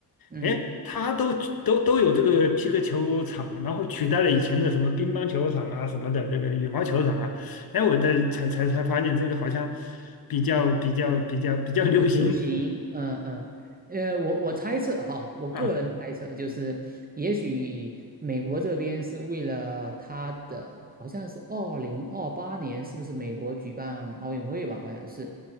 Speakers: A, on the right; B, on the left.
A: 嗯，
B: 哎，他都都都有这个皮克球场，然后取代了以前的什么乒乓球场啊什么的，这个羽毛球场啊。哎，我在才才才发现这个好像比较比较比较比较流行
A: 流行，嗯嗯，呃，我我猜测哈，我个人猜测就是，
B: 啊。
A: 也许美国这边是为了他的，好像是二零二八年，是不是美国举办奥运会吧？好像是